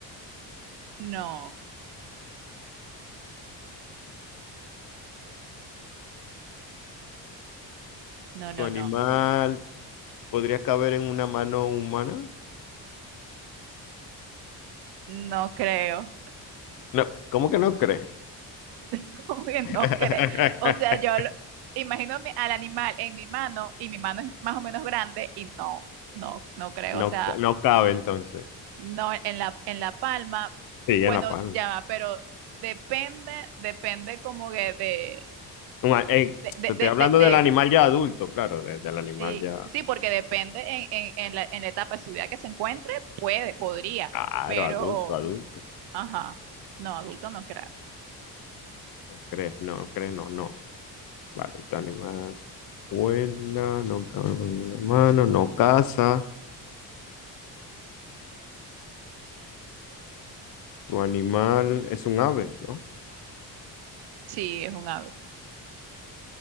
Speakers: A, on the right; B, on the left.
A: No, no, no,
B: Tu animal
A: no.
B: podría caber en una mano humana.
A: No creo.
B: No, ¿cómo que no crees?
A: <laughs> ¿Cómo que no
B: <laughs>
A: creo? O sea, yo lo- imagino mi- al animal en mi mano y mi mano es más o menos grande y no, no, no creo.
B: No,
A: O sea,
B: no cabe entonces.
A: no en la, en la palma.
B: Sí,
A: Bueno,
B: en la palma.
A: ya va, pero depende, depende como que de,
B: Un a- eh,
A: de, de,
B: te estoy
A: de,
B: hablando
A: de, de-
B: del animal ya adulto, claro, de- del animal
A: Sí,
B: ya.
A: sí, porque depende en, en- en la, en la etapa de su vida que se encuentre, puede, podría,
B: Claro,
A: pero,
B: adulto, adulto.
A: ajá, no, adulto no creo.
B: No crees, no no crees, no, no. Vale, tu animal vuela, no cabe en una mano, no caza. Tu animal es un ave, ¿no?
A: Sí, es un ave.